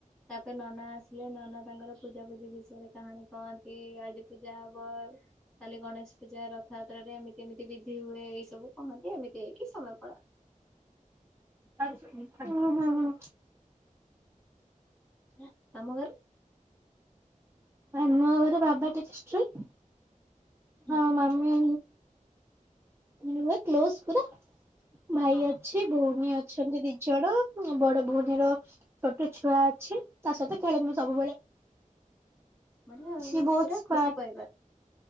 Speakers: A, in the centre; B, on the right.
A: ତା'ପରେ ନନା ଆସିଲେ, ନନା ତାଙ୍କର ପୂଜା ପୂଜି ବିଷୟରେ କାହାଣୀ କହନ୍ତି। ଆଜି ଯାହା ହବ-ଅ କାଲି ଗଣେଶ ପୂଜା, ରଥଯାତ୍ରାରେ, ଏମିତି ଏମିତି ବିଧି ହୁଏ, ଏଇ ସବୁ କହନ୍ତି, ଏମିତି ହେଇକି ସମୟ ପଳାଏ।
B: ଉଁ ହୁଁ ହୁଁ।
A: ହେଁ ତମ ଘରେ?
B: ଆମ ଘରେ ବାବା ଟିକେ ଷ୍ଟ୍ରିକ୍,
A: ହୁଁ,
B: ଆଉ ମମି ହୁଏ କ୍ଲୋସ୍ ପୁରା। ଭାଇ
A: ହଁ
B: ଆଉ ଅଛି, ଭଉଣୀ ଅଛନ୍ତି ଦି ଜଣ। ବଡ ଭଉଣୀର ଛୋଟ ଛୁଆ ଅଛି, ତା ସହିତ ଖେଳେ ମୁଁ ସବୁବେଳେ।
A: ବଢିଆ ଆଉ,
B: ସିଏ ବହୁତ
A: ପୁରା
B: ସ୍ମାର୍ଟ
A: ଖୁସି ପରିବାର।